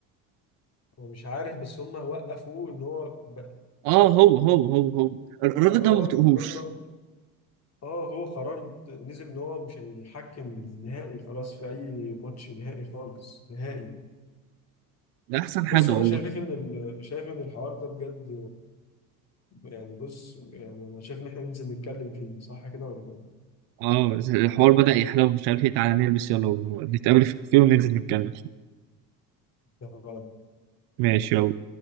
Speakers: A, on the left; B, on the right.
A: هو مش عارف بس هم وقفوه ان هو ب-
B: اه
A: ق-
B: هو هو هو هو الراجل
A: قرار
B: ده ما بطيقهوش
A: قرار إنه- اه هو قرار نزل ان هو مش هيحكم نهائي خلاص في اي ماتش نهائي خالص نهائي
B: ده احسن
A: بص
B: حاجة
A: انا
B: والله
A: شايف ان ال... شايف ان الحوار ده بجد يعني بص يعني انا شايف ان احنا ننزل نتكلم فيه صح كده ولا
B: اه الحوار بدأ يحلو مش عارف ايه تعالى نلبس يلا ونتقابل في الكافيه وننزل نتكلم
A: إيه؟
B: ماشي يلا